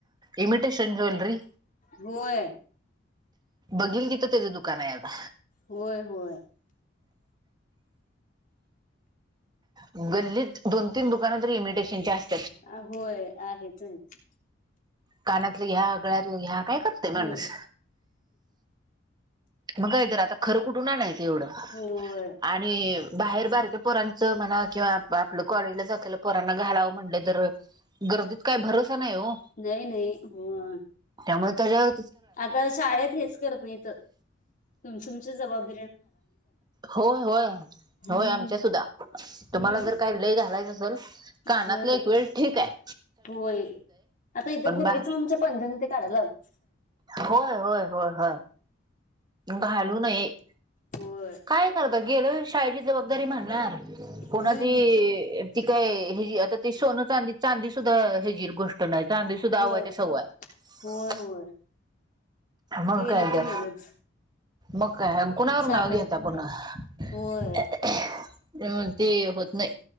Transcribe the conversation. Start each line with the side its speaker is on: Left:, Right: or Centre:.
Right: इमिटेशन ज्वेलरी,
Left: होय
Right: बघिल तिथं तेजं दु कानय आता.
Left: होय-होय.
Right: गल्लीत दोन तीन दुकानं तरी इमिटेशनच्या आस्
Left: अ होय आहेच हेच.
Right: कानातलं घ्या, गळ्यातलं घ्या, काय करतेय माणूस?
Left: हो
Right: म काय तर आता ख खरं कुठून आणाय तेवढं,
Left: होय
Right: आणि बाहेर बारके पोरांचं म्हणा किंवा आपलं कॉलेजला जातला पोरांना घालावं म्हणलं तर गर्दीत काही भरोसा नाही ओ,
Left: नाही नाही होय.
Right: त्यामुळं तेज्याव
Left: आता शाळेत हेच करत नाहीत. तुमची-उमची जबाब
Right: होय-होय,
Left: हम्म
Right: होय आमच्या सुद्धा, तुम्हाला
Left: हम्म
Right: जर काय लय घालायचं असल कानातलं
Left: ह
Right: एक वेळ ठीक आय.
Left: होय. आता इथं पोरगीच
Right: बा
Left: आमच्या पैंजण ते काढायला लावलीत
Right: होय होय होयय व्हय. घालू नये.
Left: होय
Right: काय ही करता गेल्यावर शाळेची जबाबदारी भांडणार कोणाचीही
Left: हम्म
Right: ती काय हे घे आता ते सोने, चांदी चांदी सुद्धा हे घेईल बग तर नाय चांदी सुद्धा
Left: होय
Right: अवाच्या सव्वा हाय.
Left: होय होय
Right: मग
Left: गेलं
Right: काय
Left: ते
Right: तर
Left: गेलंच
Right: मग काय कुणावर
Left: सापडत
Right: नाव घेता
Left: नाही
Right: पुन्हा
Left: काय
Right: ते,
Left: होय
Right: ती म्हणती होत नाही.